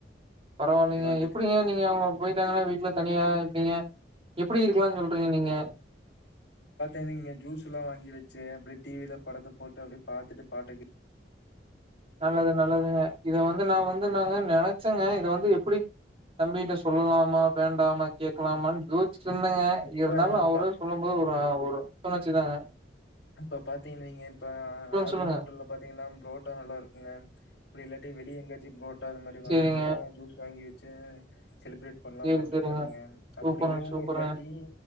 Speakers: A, on the right; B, on the left.
A: பரவாயில்லைங்க
B: பாத்துட்டு
A: எப்டிங்க நீங்க அவுங்க போய் க்காங்கனா வீட்ல தனியா எப்டிங்க எப்டி இருக்கலானு சொல்றீங்க நீங்க
B: பாத்தேனா நீங்க ஜூஸல்லாம் வாங்கி வச்சு அப்டியே டி வில படத்த போட்டு அப்படியே பாத்துட்டு பாட்டுக்கு
A: நல்லது நல்லதுங்க இத வந்து நான் வந் து நாங்க நெனைச்சாங்க இத வந்து எப்டி தம்பிட்ட சொல்லலாமா வேண்டாமா கேக்கலாமானு யோ ச்சுற்றுந்தேங்க
B: இப்ப
A: இருந்தாலும் அவரே
B: ப
A: சொல்லும் போது ஒரு ஒரு <unintelligible> வச்சுதாங்க
B: இப்ப பாத்தீங்கன் வைங்க இப்ப அருநூட்டுல
A: சொல்லுங்க
B: பாத்தீங்கன்னா புரோட்டா நல்லாருக் குங்க அப்டி இல்லாட்டி வெளிய எங்காச்சும் புரோ டடா அது மாரி வாங்கியு
A: சரிங்க
B: கூட ஜூஸ் வாங்கி சே செலிப்ரேட் பண்ணலாமான்னு
A: சரி சரிங்க
B: இருக்கணுங்க அப்படியும்
A: சூப்பருங்க சூப்பருங்க
B: இல்லாட்டி